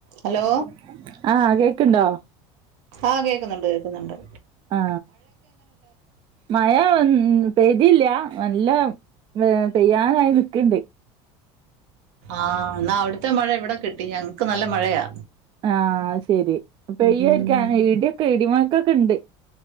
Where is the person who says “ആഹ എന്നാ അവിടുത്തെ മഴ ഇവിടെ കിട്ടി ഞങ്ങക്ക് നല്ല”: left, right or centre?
Right